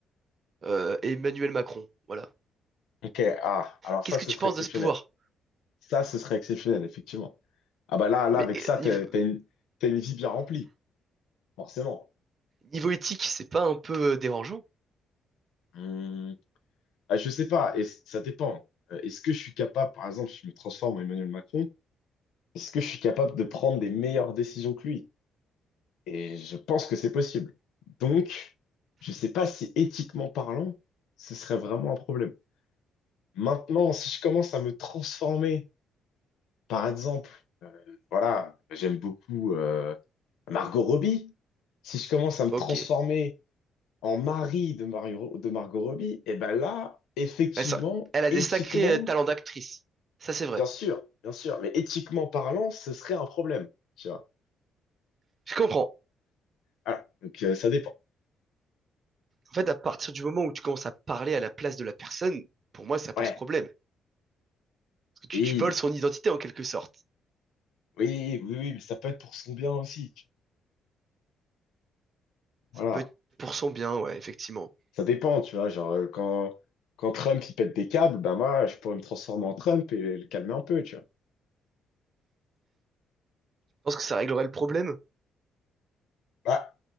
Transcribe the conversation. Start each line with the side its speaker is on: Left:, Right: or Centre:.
Right: euh, Emmanuel Macron. Voilà.
Left: Ok, ah, alors
Right: Qu'est-ce
Left: ça,
Right: que
Left: ce
Right: tu
Left: serait
Right: penses
Left: exceptionnel.
Right: de ce pouvoir?
Left: Ça, ce serait exceptionnel, effectivement. Ah bah là, là,
Right: Mais
Left: avec
Right: euh,
Left: ça,
Right: niveau,
Left: t'as, t'as une, t'as une vie bien remplie, forcément.
Right: niveau éthique, c'est pas un peu euh, dérangeant?
Left: Hum, ah, je sais pas, et c- ça dépend. Euh, Est-ce que je suis capable, par exemple, si je me transforme en Emmanuel Macron, Est-ce que je suis capable de prendre des meilleures décisions que lui? Et je pense que c'est possible. Donc, je ne sais pas si éthiquement parlant, ce serait vraiment un problème. Maintenant, si je commence à me transformer, par exemple, euh, voilà, j'aime beaucoup euh, Margot Robbie. Si je commence à me
Right: Ok.
Left: transformer en mari de Mario, de Margot Robbie, et ben là, effectivement,
Right: Elle, ça- elle a
Left: éthiquement,
Right: des sacrés euh, talents d'actrice. Ça, c'est vrai.
Left: bien sûr, bien sûr, mais éthiquement parlant, ce serait un problème, tu vois.
Right: Je comprends.
Left: Voilà, donc euh, ça dépend.
Right: En fait, à partir du moment où tu commences à parler à la place de la personne, pour moi, ça pose
Left: Ouais,
Right: problème. Parce que
Left: oui,
Right: tu, tu voles son identité en quelque sorte.
Left: oui, oui, oui, mais ça peut être pour son bien aussi. tu-
Right: Ça
Left: Voilà.
Right: peut être pour son bien, ouais, effectivement.
Left: Ça dépend, tu vois. Genre, euh, quand, quand Trump, il pète des câbles, bah moi, je pourrais me transformer en Trump et le calmer un peu, tu vois.
Right: Je pense que ça réglerait le problème.
Left: Bah,